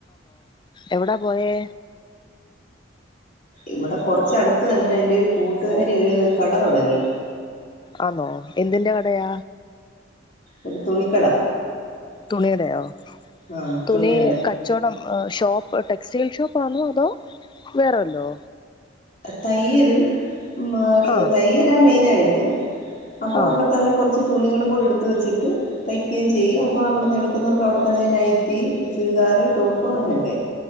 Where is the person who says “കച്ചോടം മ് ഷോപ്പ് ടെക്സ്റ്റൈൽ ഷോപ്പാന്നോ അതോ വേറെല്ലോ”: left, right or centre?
Left